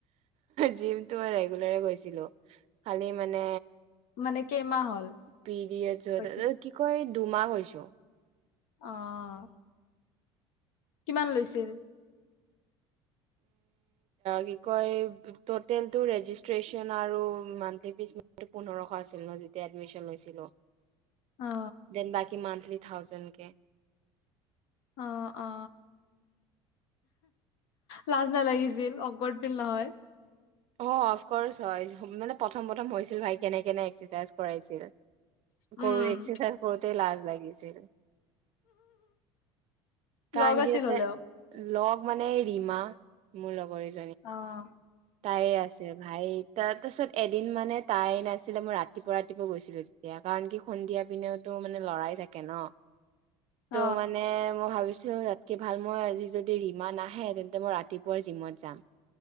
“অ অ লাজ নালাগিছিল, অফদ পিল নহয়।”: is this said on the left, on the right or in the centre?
Left